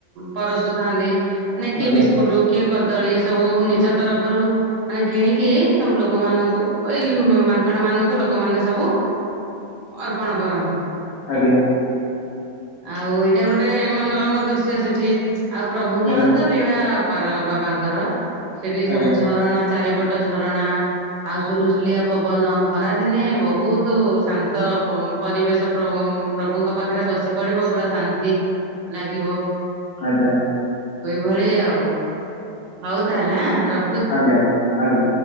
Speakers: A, on the right (about 80°); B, on the left (about 75°).
A: ପରସୁଥାନ୍ତି, ମାନେ କିଏ
B: ଆଜ୍ଞା
A: ବିସ୍କୁଟ କିଏଦ ଦଳି ସବୁ ନିଜ ତରଫରୁ, ମାନେ କିଣିକି ସବୁ ଲୋକମାନାନଙ୍କୁ ଏଇ ମାଙ୍କଡ଼ ମାନଙ୍କୁ ଲୋକମାନେ ସବୁ ଅର୍ପଣ କରନ୍ତି।
B: ଆଜ୍ଞା
A: ଆଉ ଏଇଟା ଗୋଟେ ମନୋରମ ଦୃଶ୍ୟ ସେଠି। ଆଉ ପ୍ରଭୁଙ୍କରତ
B: ଆଜ୍ଞା
A: ଲୀଳାଅପାର ବାବାଙ୍କର ସେଠି
B: ଆଜ୍ଞା
A: ସବୁ ଝରଣା ଚାରିପଟ ଝରଣା ଆଉ ସୁଲୁସୁଲିଆ ପବନ, ଖରାଦିନେ ବହୁତ ଶାନ୍ତ ପରିବେଶ ପ୍ର ପ୍ରଭୁଙ୍କ ପାଖରେ ବସି ପଡିବ ପୁରା ଶାନ୍ତି। ଲାଗିବ
B: ଆଜ୍ଞା
A: ଭଳି ଆଉ, ହଉ ତାହେଲେ ରଖ
B: ଆଜ୍ଞା ଆଜ୍ଞା